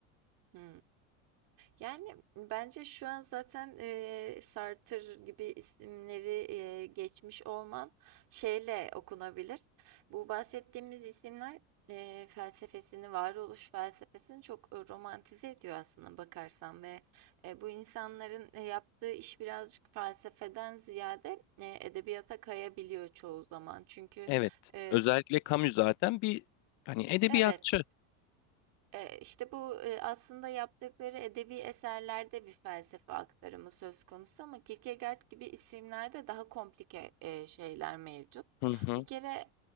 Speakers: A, on the right; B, on the left.
A: Hı. Yani bence şu an zaten eee Sartre gibi isimleri eee, geçmiş olman şeyle okunabilir. Bu bahsettiğimiz isimler eee, felsefesini, varoluş felsefesini çok e, romantize ediyor aslında bakarsan ve e, bu insanların e, yaptığı iş birazcık felsefeden ziyade e, edebiyata kayabiliyor çoğu zaman. Çünkü
B: Evet.
A: e,
B: Özellikle Camus zaten bir hani edebiyatçı.
A: evet. Eee, işte bu, eee, aslında yaptıkları edebi eserlerde bir felsefe aktarımı söz konusu ama Kierkegaard gibi isimlerde daha komplike, eee, şeyler mevcut.
B: Hı hı.
A: Bir kere,